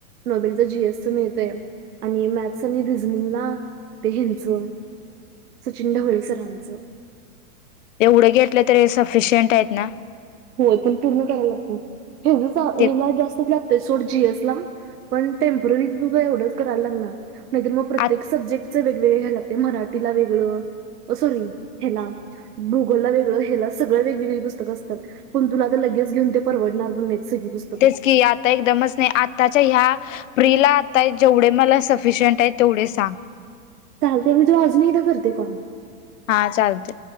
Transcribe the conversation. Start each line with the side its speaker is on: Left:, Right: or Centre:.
Right: नॉबेल्स जी एस च मिळतय. आणि मॅथ आणि रिनिंगला ते हेनच सचिन ढवळे सरांचं.
Left: एवढं घेतलं तरी सफिशियंट आहेत ना.
Right: होय पण पूर्ण करायला लागतय. हेवढच
Left: ते
Right: हेला जास्तच लागतय. सोड जी एस ला. पण टेम्पररी एवढंच करायला लागणार. नाही तर मग प्रत्येक
Left: आ
Right: सब्जेक्ट च वेगवेगळ घ्यायला लागते. मराठीला वेगळं ओ सॉरी हेला. गुगलला वेगळं. हेला सगळं वेगवेगळी पुस्तकं अस तात. पण तुला तर लगेच घेऊन ते परवडणार पण नाही. सगळी पुस्
Left: तेच की, आता एकदमच नाही. आताच्या ह्या प्रिला आता जेवढे मला स अफिशयट आहे तेवढे सांग?
Right: चालतेय मी अजून एकदा करते कोम.
Left: हा चालते.